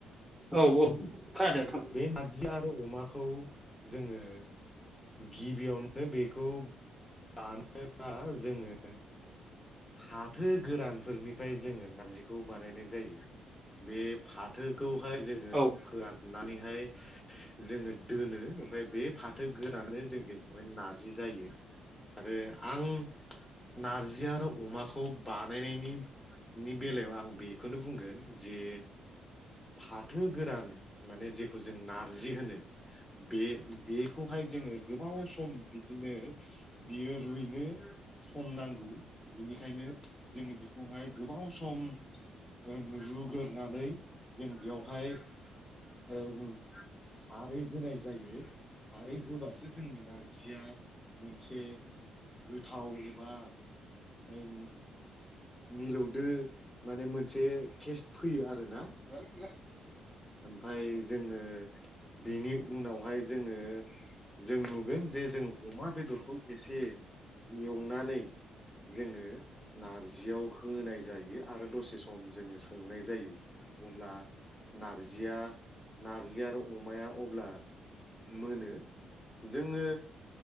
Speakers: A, in the centre; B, on the left (about 20°).
A: औ औ खोनादों नोंथां
B: बे नारजि आरो अमाखौ जोङो गिबियावनो बेखौ दानोब्ला जोङो फाथो गोरानफोरनिफ्राय जोङो नारजिखौ बानायनाय जायो बे फाथोखौहाय जोङो
A: औ
B: फोराननानैहाय जोङो दोनो ओमफ्राय बे फाथो गोरानो जों गेजेरहाय नारजि जायो आरो आं नारजि आरो अमाखौ बानायनायनि नि बेलायाव आं बेखौनो बुंगोन जे फाथो गोरान माने जेखौ जों नारजि होनो बे बेखौहाय जोङो गोबाव सम बिदिनो बियो रुइनो सम नांगौ बिनिखायनो जोङो बेखौहाय गोबाव सम ओ रुगोरनानै जों बेयावहाय ओ खारै होनाय जायो खारै होबासो जोंनि नारजिया मोनसे गोथाव एबा ओं मिलौदो माने मोनसे केस्ट फैयो आरोना
A: गैलालै गैला
B: ओमफ्राय जोङो बेनि उनावहाय जोङो जों नुगोन जे जों अमा बेदरखौ एसे एवनानै जोङो नारजियाव होनाय जायो आरो दसे सम सम जोङो संनाय जायो अब्ला नारजिया नारजि आरो अमाया अब्ला मोनो जोङो